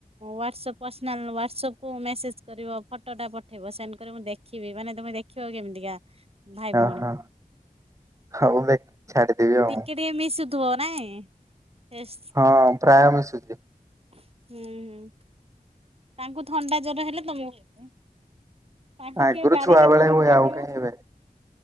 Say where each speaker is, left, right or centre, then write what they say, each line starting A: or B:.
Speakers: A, on the right; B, on the right.
A: ୱାଟସପ ପର୍ସନାଲ ୱାଟସପ୍ କୁ ମେସେଜ କରିବ ଫ ଫଟୋଟା ପଠେଇବ ସେଣ୍ଡ କରିବ, ମୁଁ ଦେଖିବି ମାନେ ତମେ ଦେଖିବାକୁ କେମିତିକା? ଭାଇ ଭଉଣୀ
B: ଓ ହୋ ହଉ <unintelligible> ଛାଡିଦେବି
A: ଟିକେ
B: ଆଉ।
A: ଟିକେ ମିଶୁଥିବ ନାଇଁ। ଫେସ୍
B: ହଁ ପ୍ରାୟ ମିଶୁଛି।
A: ହୁଁ- ହୁଁ ତାଙ୍କୁ ଥଣ୍ଡା ଜର ହେଲେ ତମକୁ ବି ହୁଏ? ତାଙ୍କୁ
B: ଆଗରୁ
A: କିଏ ବାଡ଼େଇଲେ
B: ଛୁଆ ବେଳେ
A: ତମକୁ
B: ହୁଏ
A: କାଟିବ?
B: ଆଉ କାହିଁ ଏବେ।